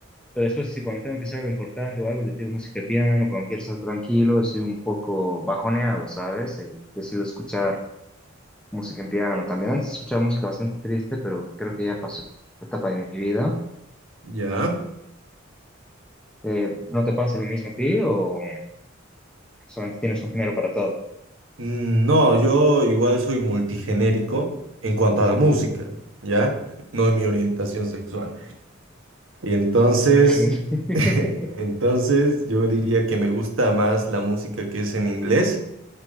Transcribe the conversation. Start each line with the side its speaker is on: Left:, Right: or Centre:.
Centre: Pero después, si cuando tengo que hacer algo importante o algo, le tiro música de piano, cuando quiero estar tranquilo, estoy un poco bajoneado, ¿sabes? Eh, decido escuchar música en piano también. Antes escuchaba música bastante triste, pero creo que ya pasó la etapa de mi vida.
Right: ¿Ya?
Centre: Eh, ¿no te pasa lo mismo a ti o solamente tienes un género para todo?
Right: Mm, No, yo igual soy multigenérico en cuanto a la música, ¿ya? <laughs> No en mi orientación sexual. Y entonces,
Centre: Ok, <laughs>
Right: <laughs> entonces yo diría que me gusta más la música que es en inglés